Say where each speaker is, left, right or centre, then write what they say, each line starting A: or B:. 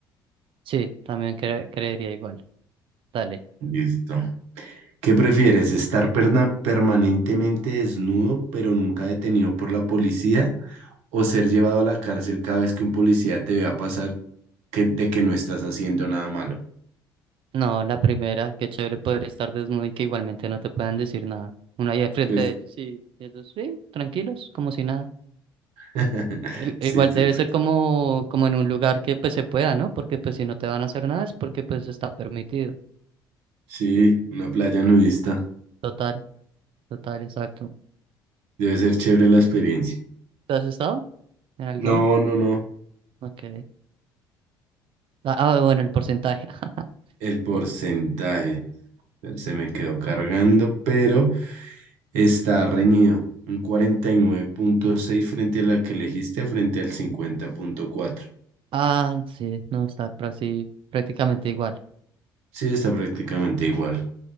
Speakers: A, on the right; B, on the right.
A: sí, también cre- creería igual. Dale.
B: Listo. ¿Qué prefieres? ¿Estar perna- permanentemente desnudo pero nunca detenido por la policía o ser llevado a la cárcel cada vez que un policía te vea pasar que, de que no estás haciendo nada malo?
A: No, la primera, qué chévere poder estar desnudo y que igualmente no te puedan decir nada. Uno ahí al frente
B: Pues,
A: de ellos y ellos, sí, tranquilos, como si nada.
B: <laughs>
A: I-
B: sí,
A: igual
B: súper.
A: debe ser como, como en un lugar que pues se pueda, ¿no? Porque pues si no te van a hacer nada es porque pues está permitido.
B: Sí, una playa nudista.
A: Total, total, exacto.
B: Debe ser chévere la experiencia.
A: ¿Te has estado en alguna?
B: No, no, no.
A: Ok. Ah, ah, bueno, el porcentaje.
B: El porcentaje.
A: <laughs>
B: Se me quedó cargando, pero Está reñido, un cuarenta y nueve punto seis frente a la que elegiste, frente al cincuenta punto cuatro
A: Ah, sí, no, está prasi- prácticamente igual.
B: Sí, está prácticamente igual.